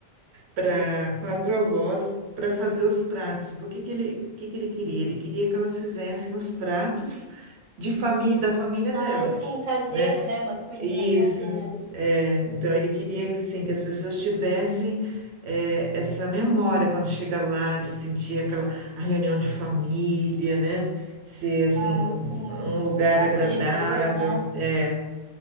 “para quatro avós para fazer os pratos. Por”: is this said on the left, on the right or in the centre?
Right